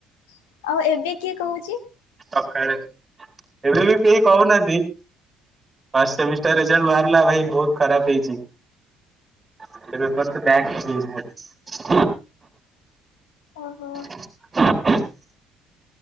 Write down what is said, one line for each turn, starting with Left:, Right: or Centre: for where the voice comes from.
Left: ହ ଆଉ ଏବେ କିଏ କହୁଚି?
Right: ସକାଳେ ଏବେ ବି କେହି କହୁନାହାନ୍ତି। ଫାସ୍ ସେମିଷ୍ଟାର ରେଜଲ୍ଟ ବାହାରିଲା ଭାଇ ବହୁତ ଖରାପ ହେଇଚି। <unintelligible>
Left: ଓହୋ
Right: ହ